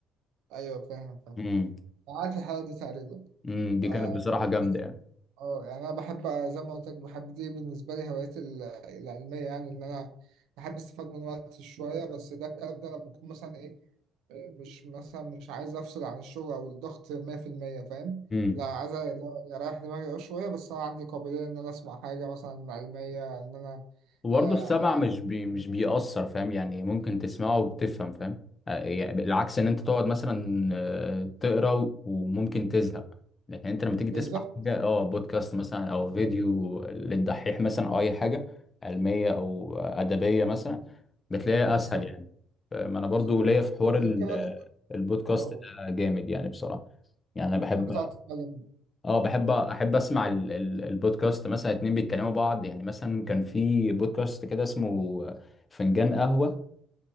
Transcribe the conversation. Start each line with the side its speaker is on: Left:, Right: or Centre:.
Right: ايوه فاهم فاهم
Left: امم
Right: عارف الحلقة دي تقريبا
Left: امم دي
Right: آه
Left: كانت بصراحة جامدة
Right: بس اه يعني انا بحب آه، زي ما قلت لك بحب دي بالنسبة لي هواياتي ال- العلمية يعني ان انا بحب استفاد من وقتي شوية بس ده الكلام ده لما بكون مثلا ايه آه، مش مثلا مش عايز افصل عن الشغل او الضغط 100% فاهم؟
Left: يعني
Right: لا عايز أ- لا، اريح دماغي أه شوية بس انا عندي قابلية ان انا اسمع حاجة مثلا علمية ان انا
Left: وبرضه
Right: آه،
Left: السمع مش بي مش بيأثر فاهم يعني ممكن تسمعه وبتفهم فاهم آه، يعني العكس ان انت تقعد مثلا آه، تقرا و- وممكن تزهق لكن انت لما تيجي
Right: بالظبط
Left: تسمع حاجه اه بودكاست مثلا او
Right: بالظبط
Left: فيديو للدحيح مثلا او اي حاجه علميه او ادبيه مثلا بتلاقيها
Right: بالظبط
Left: اسهل يعني ما انا برضو
Right: بالظبط
Left: ليا في حوار
Right: انت
Left: ال-
Right: مثلا
Left: البودكاست
Right: اه
Left: ده جامد يعني بصراحه يعني انا بحب
Right: بتحب تقعد تتكلم
Left: اه بحب احب اسمع ال- ال- البودكاست مثلا اتنين بيتكلموا بعض يعني مثلا كان في بودكاست كده اسمه فنجان قهوة